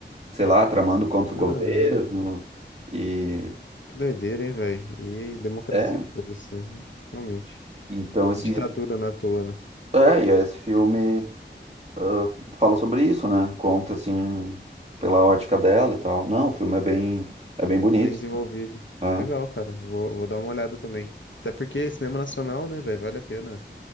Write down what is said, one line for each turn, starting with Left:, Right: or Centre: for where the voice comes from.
Right: sei lá, tramando contra o
Left: Caramba.
Right: governo. E
Left: Que doideira, hein, velho? E democracia,
Right: é,
Left: foda-se, né? Realmente.
Right: então esse,
Left: Ditadura na toa, né?
Right: é, e esse filme ah, fala sobre isso, né? Conta assim pela ótica dela e tal. Não, o filme é bem, é bem bonito.
Left: Bem desenvolvido.
Right: né?
Left: Legal, cara. Vou, vou dar uma olhada também. Até porque cinema nacional, né, velho, vale a pena.